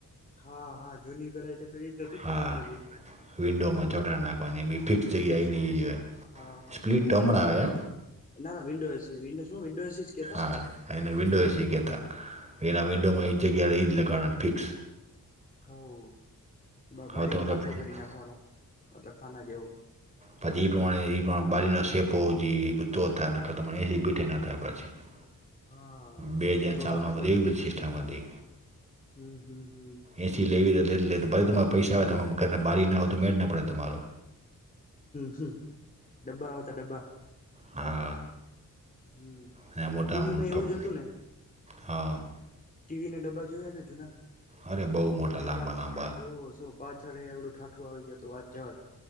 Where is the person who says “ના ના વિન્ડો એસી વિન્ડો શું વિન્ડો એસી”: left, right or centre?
Left